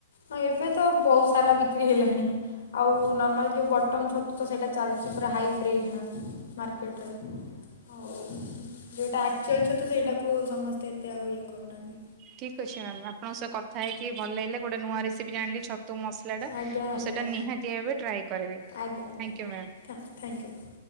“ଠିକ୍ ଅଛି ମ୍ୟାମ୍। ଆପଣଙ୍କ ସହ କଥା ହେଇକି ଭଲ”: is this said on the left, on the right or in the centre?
Right